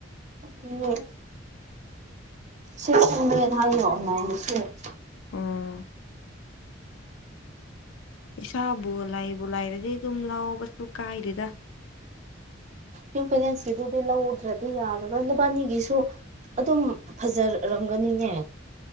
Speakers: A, on the right; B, on the left.
A: ꯑꯗꯨꯅꯦ ꯁꯤꯛꯁ ꯍꯟꯗ꯭ꯔꯦ ꯍꯥꯏꯌꫭ ꯑꯣꯟꯂꯥꯏꯟꯗ ꯁꯦꯠ
B: ꯎꯝ ꯄꯩꯁꯥꯕꯨ ꯂꯥꯏꯕꯨ ꯂꯥꯏꯔꯗꯤ ꯑꯗꯨꯝ ꯂꯥꯎꯕꯁꯨ ꯀꯥꯏꯗꯦꯗ
A: ꯎꯝ ꯄꯦꯂꯦꯟꯁꯀꯤꯗꯨꯗꯤ ꯂꯧꯗ꯭ꯔꯗꯤ ꯌꯥꯔꯔꫭꯏ ꯅꯕꯥꯅꯤꯒꯤꯁꯨ ꯑꯗꯨꯝ ꯐꯖꯔꯝꯒꯅꯤꯅꯦ